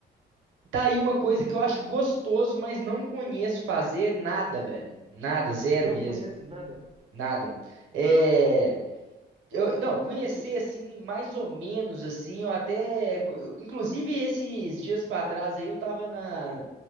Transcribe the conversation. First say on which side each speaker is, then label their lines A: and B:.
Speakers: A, on the right; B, on the right.
A: Tá aí uma coisa que eu acho gostoso, mas não conheço fazer nada, velho. Nada, zero
B: Não
A: mesmo.
B: conhece nada?
A: Nada. É. Eu, não, conhecer assim, mais ou menos assim, eu até. eu- Inclusive, esses dias pra trás aí, eu tava na,